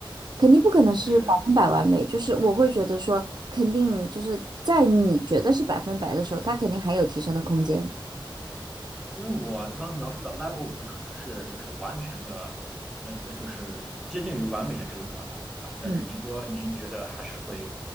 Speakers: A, on the right; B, in the centre.
A: 肯定不可能是百分百完美，
B: 就是
A: 就是我会觉得说，肯定就是在你觉得是百分百的时候，它肯定还有提升的空间。
B: 因为我刚刚描述的 level 五可能是就是完全的，呃，就是接近于完美的这个状态了。然后，但是您说您觉得还是会，
A: 嗯，